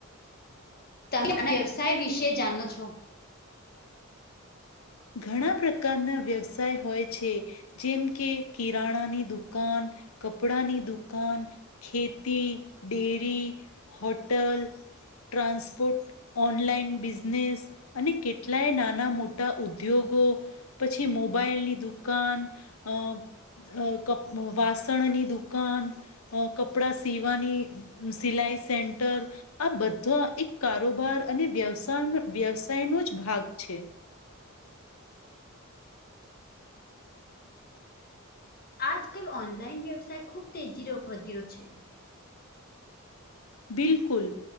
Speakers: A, on the left; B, on the left.
A: તમે આ વ્યવસાય વિશે જાણો છો.
B: ઘણા પ્રકારના વ્યવસાય હોય છે. જેમ કે કિરાણાની દુકાન, કપડાની દુકાન, ખેતી, dairy, hotel, transport, online business, અને કેટલાય નાના મો ટા ઉદ્યોગો પછી મોબાઈલની દુકાન અ અ ક વાસણની દુકાન, કપડા સીવાની. સિલાઈ સેંન્ટર, આ બધા એક કારોબાર અને વ્યવસાય વ્યવસાયનો જ ભાગ છે.
A: આજકાલ ઓનલાઈન વ્યવસાય ખુબ તેજી વધીયો છે.
B: બિલકુલ